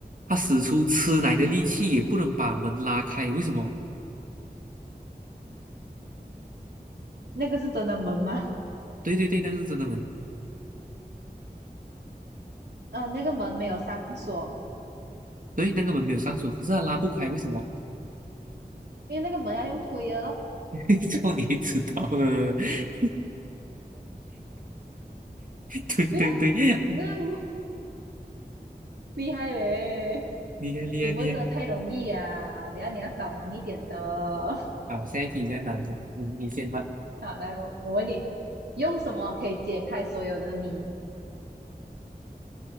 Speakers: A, on the right (about 55°); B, on the right (about 85°).
A: 他使出吃奶的力气也不能把门拉开，为什么？
B: 那个是真的门吗？
A: 对对对，那个是真的门，
B: 呃，那个门没有上锁，
A: 对，那个门没有上锁，可是他拉不开，为什么？
B: 因为那个门要用推的咯，
A: <laughs> 这样你也知道了，<laughs> 对对对，
B: 不要，
A: 厉
B: 你这样厉害嘞。
A: 害厉害厉害。
B: 你问的太容易啊，等一下你要找难一点的。<laughs>
A: 好，下一题在哪？着，你你先吧，
B: 好，来，我问你，用什么可以解开所有的谜？